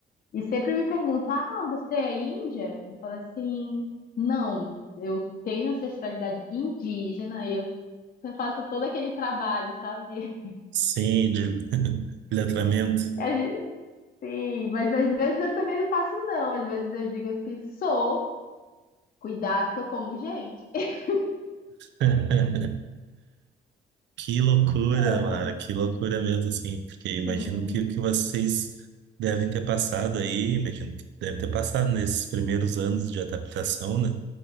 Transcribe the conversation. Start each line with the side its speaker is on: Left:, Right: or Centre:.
Left: E sempre me perguntam: Ah, você é índia? Eu falo assim: Não, eu tenho ancestralidade indígena e eu faço todo aquele trabalho, sabe?
Right: sim, de <laughs> letramento.
Left: <laughs> A gente- Sim, mas às vezes eu também não faço, não. Às vezes eu digo assim: Sou, cuidado que eu como gente. <laughs>
Right: <laughs> Que loucura,
Left: Ah,
Right: mano, que loucura mesmo, assim, porque imagino
Left: sim,
Right: que o que vocês devem ter passado aí, imagino que devem ter passado nesses primeiros anos de adaptação, né?